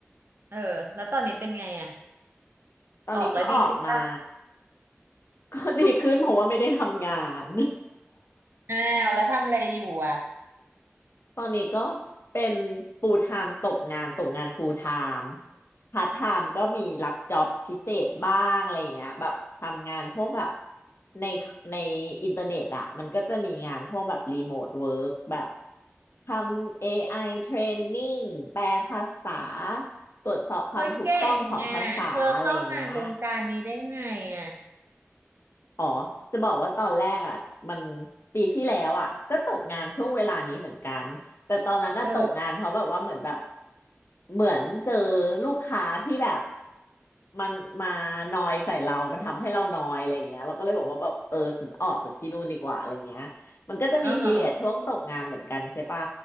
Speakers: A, on the right (about 55°); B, on the left (about 60°).
A: เออแล้วตอนนี้เป็นไงอ่ะ
B: ตอนนี้ก็ออกมา
A: ออกแล้วดีขึ้นป่ะ
B: ก็ดีขึ้นเพราะว่าไม่ได้ทำงาน
A: อ้าวแล้วทำอะไรอยู่อ่ะ
B: ตอนนี้ก็เป็น full time ตกงานตกงาน full time part time ก็มีรับจ็อบพิเศษบ้างอะไรอย่างเงี้ยแบบทำงานพวกแบบในในอินเทอร์เน็ตอ่ะมันก็จะมีงานพวกแบบรีโมทเวิร์กแบบทำ AI training แปลภาษาตรวจสอบความถูกต้องของภาษาอะไรอย่างเงี้ย
A: เฮ้ยเก่งอ่ะเธอเข้ามาวงการนี้ได้ไงอ่ะ
B: อ๋อจะบอกว่าตอนแรกอ่ะมันปีที่แล้วอ่ะก็ตกงานช่วงเวลานี้เหมือนกันแต่ตอนนั้นน่ะตกงานเพราะแบบว่าเหมือนแบบ
A: เออ
B: เหมือนเจอลูกค้าที่แบบมันมานอยใส่เรา มันทำให้เรานอยอะไรอย่างเงี้ยเราก็เลยบอกว่าแบบเออฉันออกจากที่นู่นดีกว่าอะไรเงี้ยมันก็จะมีพีเรียดช่วงตกงานเหมือนกันใช่ปะ
A: อ๋อหอ